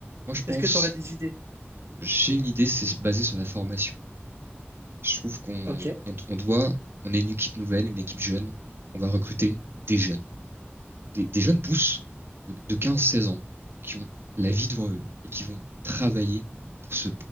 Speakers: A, on the right; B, on the right.
A: moi, je pense,
B: Est-ce que tu aurais des idées?
A: j'ai une idée, c'est se baser sur la formation. Je trouve qu'on
B: Ok.
A: on, on doit, on est une équipe nouvelle, une équipe jeune. On va recruter des jeunes, des, des jeunes pousses de, de 15-16 ans qui ont la vie devant eux et qui vont travailler pour se